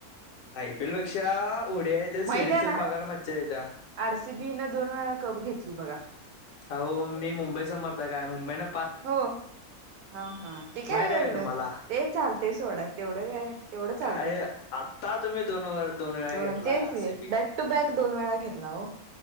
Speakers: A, on the left; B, on the right.
A: आय पी एल पेक्षा उड्या येेत
B: माहित
A: सिरीजन
B: आहे ना
A: बघायला मज्जा येतय.
B: आरसीबी न दोन वेळा कप घेतली बघा
A: हो मी मुंबई समर्थक आहे मुंबई ना
B: हो हा हा तेी
A: माहित
B: काय
A: आहे का
B: व
A: तुम्हाला
B: ते चालते सोडा तेवढं काय तेवढं
A: काय
B: चालते
A: आत्ता तुम्ही दोन वर वेळा
B: दोन
A: घेतला
B: तेच
A: आरसीबी
B: बॅक टू बॅक दोन वेळा घेतला हो